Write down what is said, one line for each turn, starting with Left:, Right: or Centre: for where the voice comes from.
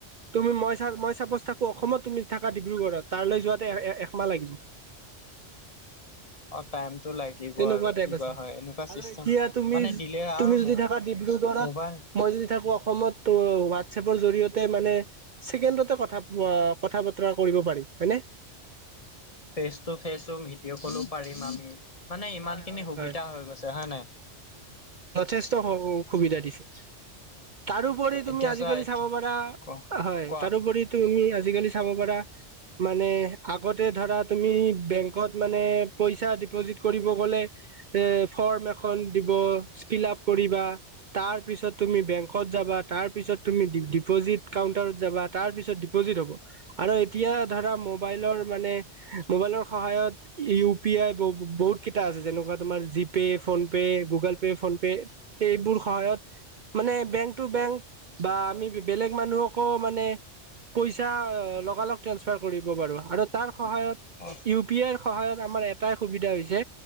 Right: তুমি মই চা মই চাপজ থাকো অসমত তুমি থাকা ডিব্ৰুগড়ত তাৰলৈ যোৱাতে একমাহ লাগি-
Left: অ টাইম টো লা- দিব
Right: তেনেকুৱা
Left: আৰু
Right: টাইপ
Left: কি
Right: আছে
Left: বা হয় এনেকুৱা
Right: আৰু
Left: চিষ্টেম
Right: এতিয়া তুমি
Left: মানে দিলে
Right: তুমি
Left: আও
Right: যদি
Left: ম
Right: থাকা ডিব্ৰুগড়ত
Left: মোবাই-
Right: মই যদি থাকো অসমত হোৱাটছএপৰ জৰিয়তে মানে ছেকেণ্ডতে কথা কথা বতৰা কৰিব পাৰি, হয়নে?
Left: ফেচ টু ফেচো ভিডিঅ' কলো পাৰিম আমি মানে ইমান
Right: হয়
Left: খিনি
Right: হয়
Left: সুবিধা
Right: হয়।
Left: হৈ গৈছে। হয় নাই?
Right: যথেষ্ট সুবিধা দিছে। তাৰোপৰি তুমি
Left: এতিয়া
Right: আজিকালি
Left: চোৱা
Right: চাব পাৰা
Left: ক
Right: হয়
Left: কোৱা
Right: তাৰোপৰি তুমি আজিকালি চাব পাৰা মানে আগত ধৰা তুমি বেংকত মানে পইচা ডিপজিত কৰিব গলে এ ফৰ্ম এখন দিব ফিল আপ কৰিবা। তাৰ পিছত তুমি বেংকত যাবা, তাৰ পিছত তুমি ডিপ'জিট কাউণ্টাৰত যাবা। তাৰ পিছত ডিপ'জিট হ'ব, আৰু এতিয়া ধৰা মোবাইলৰ মানে মোবাইলৰ সহায়ত ইউ পি আই বহুত কেইটা আছে যেনেকুৱা তোমাৰ GPay, PhonePe, Google phone pay এইবোৰ সহায়ত মানে বেংক টু বেংক বা আমি বেলেগ মানুহকো মানে পইচা লগালগ ট্ৰেন্সফাৰ কৰিব পাৰো আৰু তাৰ সহায়ত
Left: অ
Right: ইউ পি আইৰ সহায়ত আমাৰ এটাই সুবিধা হৈছে